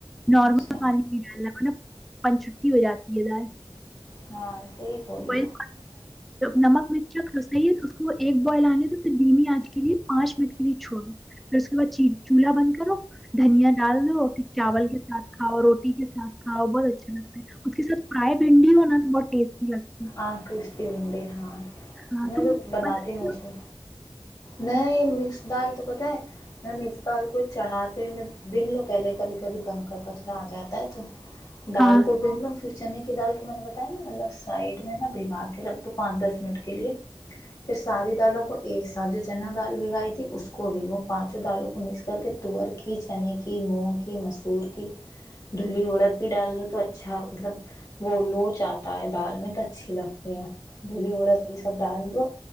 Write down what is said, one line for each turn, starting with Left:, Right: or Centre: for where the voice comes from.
Centre: نارمل
Left: اچھا
Centre: پانی کی گ رکھ نا پن چھٹی ہو جاتی ہے دال
Left: ہاں صحی بولی
Centre: بوائل نمک مچ صحی ہے اس کو ایک بوائل آنے دو پھر بینی آج کے لیے پانچ منٹ کے لیے چھوڑو پھر اس کے بعد چولہا بند کرو دھنیا ڈال دو پھر چاول کے ساتھاؤ روٹی کے ساتھ کھؤ بہت اچھا لگتا ہے اس کے سھ فرائی بھنڈی ہو نا تو بہت ٹیسٹی لگتا ہے
Left: آاں کرشتی بنڈی ہے میں
Centre: ہاں تم
Left: تو بناتی
Centre: بنا
Left: ہوں موسلی میں یہ مکس دال تو پتاہ ہے میں مکس دال کو چڑھاتے رہ میں بن لو پہلے کبھی کبھی کنکڑ کچرا آ جاتا ہے تو ڈال
Centre: ہاں
Left: کو بن لو پھر چنے کی دال کو میں نے بتایا نا الگ سائڈ بگا کے رکھ دو پانچ دس منٹ کے لیے پھر ساری دالوں کو ایک ساتھ جو چنا دال بھگائی تھی اس کو بھی وہ پانچوں دالوں کو مکس کر کے تور کی چنے کی مونگ کی مسور کی دھلی ارد بھی ڈال دو تو اچھا مطلب وہ لوچ آتا ہے دال میں تو ا اچھی لگتی ہیں دھلی اورد یہ سب ڈال دو